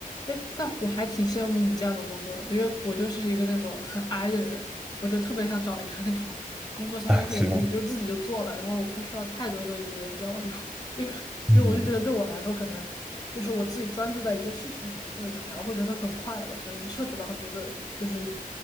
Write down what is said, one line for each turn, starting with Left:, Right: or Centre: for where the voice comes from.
Left: 哎，但我还挺羡慕你这样的工作的，因为我就是一个那种很 i 的人，我就特别想找一个那种工作，相当于是我可以就自己就做了，
Centre: 啊，是的。
Left: 然后我不需要太多的与人交流，<laughs> 因为因为我就觉得对我来说，
Centre: 嗯
Left: 可能就是我自己专注在一个事情里面或者怎么样，我会觉得很快乐，能摄取到很多的，就是